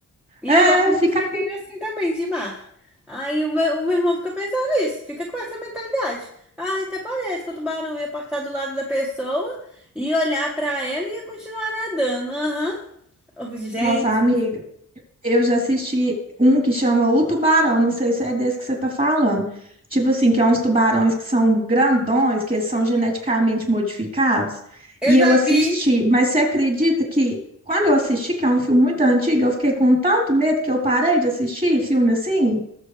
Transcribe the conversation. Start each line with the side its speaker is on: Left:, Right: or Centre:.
Centre: E
Right: É,
Centre: eu gosto muito
Right: fica.
Centre: de filme assim também, de mar. Aí o meu, o meu irmão fica pensando nisso, fica com essa mentalidade. ah até parece que o tubarão ia passar do lado da pessoa e olhar pra ela e ia continuar nadando. Aham. Eu falei, Gente,
Right: Nossa, amiga. Eu já assisti um que chama O Tubarão, não sei se é desse que você está falando. Tipo assim, que é uns tubarões que são grandões, que eles são geneticamente modificados.
Centre: eu
Right: E
Centre: já
Right: eu assisti,
Centre: vi.
Right: mas você acredita que quando eu assisti, que é um filme muito antigo, eu fiquei com tanto medo que eu parei de assistir filme assim?